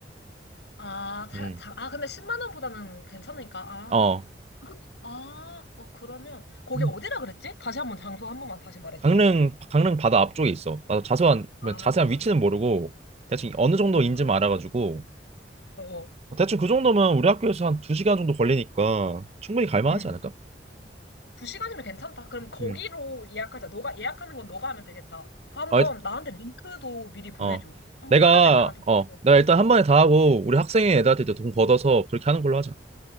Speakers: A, on the left; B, on the right.
A: 아, 잘
B: 음.
A: 자, 아, 근데 10만 원보다는 괜찮으니까. 아,
B: 어.
A: 그- 아, 어, 그러면 거기
B: 음.
A: 어디라 그랬지? 다시 한번 장소 한 번만 다시 말해줘봐.
B: 강릉 강릉 바다 앞쪽에 있어. 나도 자세한 뭐
A: 아,
B: 자세한 위치는 모르고 대충 어느 정도
A: 강릉
B: 인지만
A: 바다?
B: 알아가지고
A: 어어.
B: 대충 그 정도면 우리 학교에서 한 두 시간 정도 걸리니까 충분히 갈만하지
A: 응.
B: 않을까?
A: 두 시간이면 괜찮다. 그럼 거기로
B: 음.
A: 예약하자. 너가 예약하는 건 너가 하면 되겠다. 그 한번
B: 어, 일-
A: 나한테 링크도 미리 보내줘.
B: 어, 어.
A: 한
B: 내가
A: 번 다른 애들한테 좀
B: 어
A: 물어보게.
B: 내가 일단 한 번에 다 하고 우리 학생회 애들한테 이제 돈 걷어서 그렇게 하는 걸로 하자.